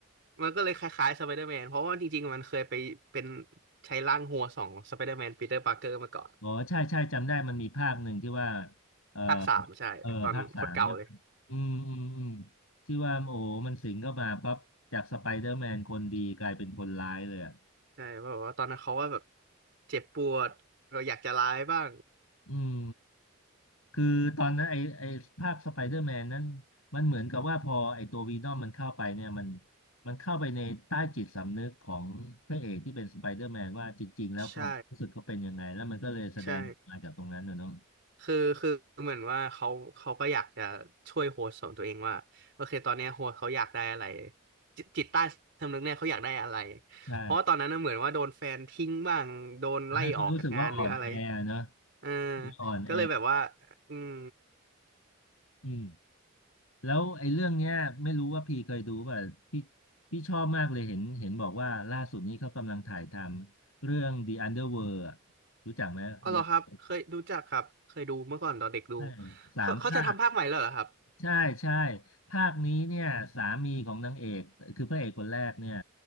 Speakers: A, on the right; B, on the left.
A: มันก็เลยคล้ายๆสไปเดอร์แมนเพราะว่าจริงๆมันเคยไปเป็นใช้ร่างหัวสองสไปเดอร์แมนปีเตอร์ปาร์เกอร์มาก่อน
B: อ๋อใช่ใช่จำได้มันมีภาคหนึ่งที่ว่าเออ
A: ภาคสามใช่ตอนโคตรเก่าเลย
B: เออภาคสามใช่ไหมอืมอืมอืมที่ว่าโอ้มันสิงเข้ามาปั๊บจากสไปเดอร์แมนคนดีกลายเป็นคนร้ายเลยอ่ะ
A: ใช่เพราะว่าตอนนั้นเขาว่าแบบเจ็บปวดเราอยากจะร้ายบ้าง
B: อืม คือตอนนั้นไอไอภาคสไปเดอร์แมนนั้นมันเหมือนกับว่าพอไอตัววีนอมมันเข้าไปเนี่ยมันมันเข้าไปในใต้จิตสำนึกของพระเอกที่เป็นสไปเดอร์แมนว่าจริงๆแล้วความรู้สึกเขาเป็นยังไงแล้วมันก็เลยแสดงมาจากตรงนั้นน่ะเนาะ
A: ใช่ใช่ คือคือเหมือนว่าเขาเขาก็อยากจะช่วยโฮสต์ของตัวเองว่าโอเคตอนเนี้ยโฮสต์เขาอยากได้อะไรจิตจิตใต้สำนึกเนี่ยเขาอยากได้อะไร
B: ใช่
A: เพราะว่าตอนนั้นน่ะเหมือนว่าโดนแฟนทิ้งบ้างโดนไล่ออกจากงานหรืออะไร
B: ทำให้เขารู้สึกว่าอ่อนแอเนาะ
A: เออ
B: อ่อนแอ
A: ก็เลยแบบว่าอืม
B: อืมแล้วไอ้เรื่องเนี้ยไม่รู้ว่าพี่เคยดูป่ะพี่พี่ชอบมากเลยเห็นเห็นบอกว่าล่าสุดนี้เขากำลังถ่ายทำเรื่อง The Underworld อะรู้จักไหม
A: อ๋อเหรอครับเคยรู้จักครับเคยดูเมื่อก่อนตอนเด็กดู
B: The ใช่สามภาค
A: เขาเขาจะทำภาคใหม่แล้วเหรอครับ
B: ใช่ใช่ภาคนี้เนี่ยสามีของนางเอกคือพระเอกคนแรกเนี่ย